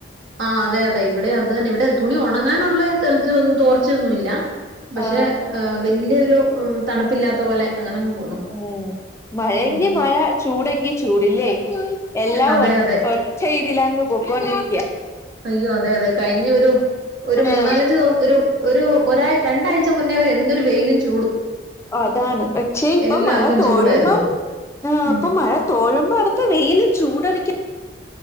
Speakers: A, on the right; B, on the left.
A: ആ അതെ അതെ ഇവിടെ അത് തന്നെ ഇവിടെ തുണി ഒണങ്ങാനുള്ള തെളിച്ചൊന്നും തോർച്ചയൊന്നു ഇല്ല പക്ഷെ
B: ആ
A: വല്യ തണുപ്പില്ലാത്ത പോലെ അങ്ങനങ്ങ് പോന്നു
B: ഉം മഴെങ്കി
A: ഉം
B: മഴ ചൂടെങ്കി ചൂടല്ലേ എല്ലാ
A: അതെ
B: ഒ
A: അതെ
B: ഒറ്റ ഇതിലങ്ങ് പൊക്കോണ്ടിരി
A: അയ്യോ അതെ അതെ കഴിഞ്ഞ ഒരു ഒരു മൂന്നാലഞ്ച്
B: ആ
A: ദിവസം ഒരു ഒരു ഒരാ രണ്ടാഴ്ച മുന്നേ എന്തൊരു വെയിലും ചൂ
B: അതാണ് പക്ഷേ ഇപ്പൊ
A: എല്ലാർക്കും
B: മഴ തോഴുമ്പം
A: ചൂടായിരുന്നു
B: ആ
A: ഉം
B: ഇപ്പൊ മഴ തോഴുമ്പോ അടുത്ത വെൽ ചൂടടിക്ക